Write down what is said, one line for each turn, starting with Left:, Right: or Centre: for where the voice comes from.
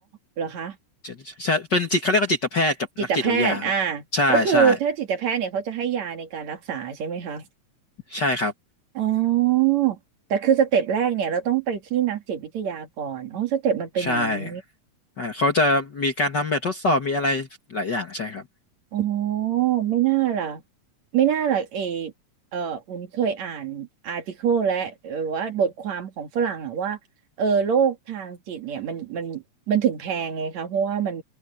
Right: เหรอคะ
Left: ใช่ใช่เป็นจิตเขาเรียกว่าจิตแพทย์กับนักจิตวิทยาครับใช่ใช่
Right: จิตแพทย์อ่าก็คือถ้าจิตแพทย์เนี่ยเขาจะให้ยาในการรักษาใช่ไหมคะ
Left: ใช่ครับ
Right: อ๋อแต่คือสเต็ปแรกเนี่ยเราต้องไปที่นักจิตวิทยาก่อนอ๋อสเต็ปมันเป็นอย่างนี้
Left: ใช่อ่าเขาจะมีการทำแบบทดสอบมีอะไรหลายอย่างใช่ครับ
Right: อ๋อไม่น่าล่ะไม่น่าล่ะเอเอออุ่นเคยอ่านอาร์ติเคิลและหรือว่าบทความของฝรั่งอะว่าเออโรคทางจิตเนี่ยมันมันมันถึงแพงไงคะเพราะว่ามัน